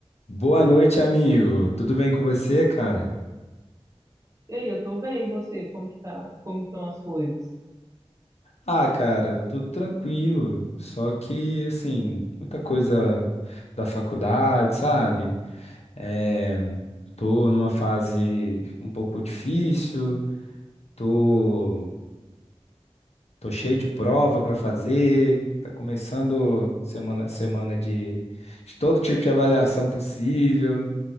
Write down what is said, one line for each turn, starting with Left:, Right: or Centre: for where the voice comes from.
Left: Boa noite, amigo. Tudo bem com você, cara?
Right: Ei, eu tô bem, e você? Como que tá? Como estão as coisas?
Left: Ah, cara, tudo tranquilo. Só que, assim, muita coisa da faculdade, sabe? É, tô numa fase um pouco difícil, tô, tô cheio de prova pra fazer. Tá começando semana semana de, de todo tipo de avaliação possível.